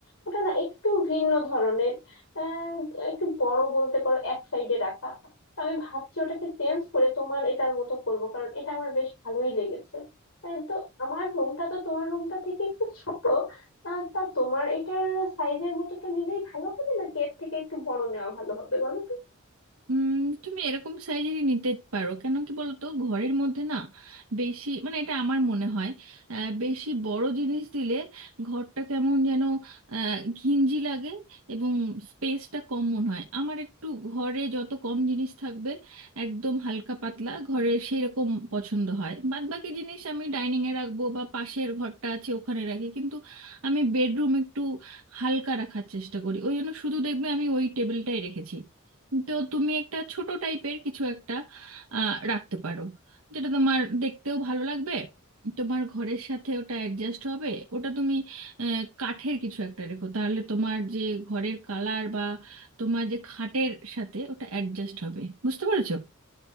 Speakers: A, on the left; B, on the right.
A: ওটা না একটু ভিন্ন ধরনের আহ, একটু বড় বলতে পারো এক সাইডে রাখা তো আমি ভাবছি ওটাকে চেঞ্জ করে তোমার এটার মতো করব কারণ এটা আমার বেশ ভালোই লেগেছে আহ, তো আমার রুমটা তো তোমার রুমটা থেকে একটু ছোট আহ, তা তোমার এটার সাইজের মতোটা নিলেই ভালো হবে নাকি এর থেকে একটু বড় নেওয়া ভালো হবে বলো তো
B: উম তুমি এরকম সাইজেরই নিতে পারো কেন কি বলো তো ঘরের মধ্যে না বেশি মানে এটা আমার মনে হয় আহ, বেশি বড় জিনিস দিলে ঘরটা কেমন যেন আহ, ঘিঞ্জি লাগে এবং স্পেসটা কম মনে হয় আমার একটু ঘরে যত কম জিনিস থাকবে একদম হালকা পাতলা ঘরে সেই রকম পছন্দ হয় বাদবাকি জিনিস আমি ডাইনিংয়ে রাখবো বা পাশের ঘরটা আছে ওখানে রাখি কিন্তু আমি বেডরুম একটু হালকা রাখার চেষ্টা করি ওই জন্য শুধু দেখবে আমি ওই টেবিলটাই রেখেছি তো তুমি একটা ছোট টাইপের কিছু একটা আহ, রাখতে পারো যেটা তোমার দেখতেও ভালো লাগবে তোমার ঘরের সাথে ওটা অ্যাডজাস্ট হবে ওটা তুমি আহ, কাঠের কিছু একটা রেখো তাহলে তোমার যে ঘরের কালার বা তোমার যে খাটের সাথে ওটা অ্যাডজাস্ট হবে বুঝতে পেরেছো